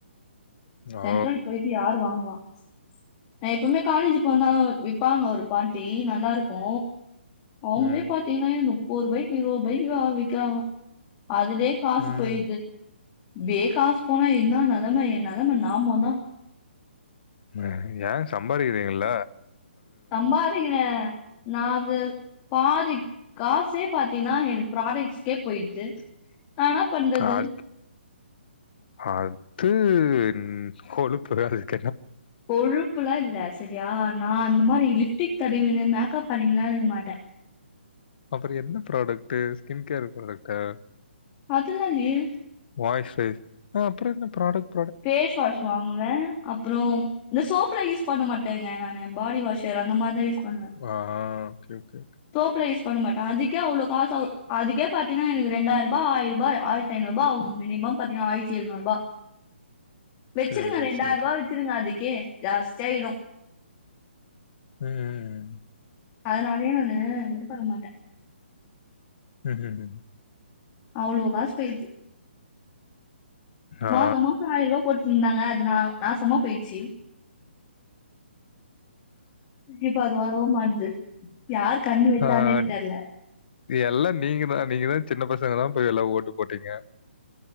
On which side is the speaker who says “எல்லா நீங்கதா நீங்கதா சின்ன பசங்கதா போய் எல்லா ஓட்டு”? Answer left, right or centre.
Left